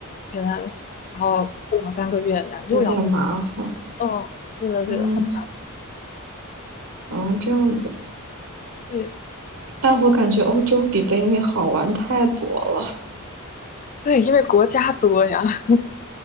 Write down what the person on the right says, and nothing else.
有点麻烦，
嗯，
后这样子，
但我感觉欧洲比北美好玩太多了。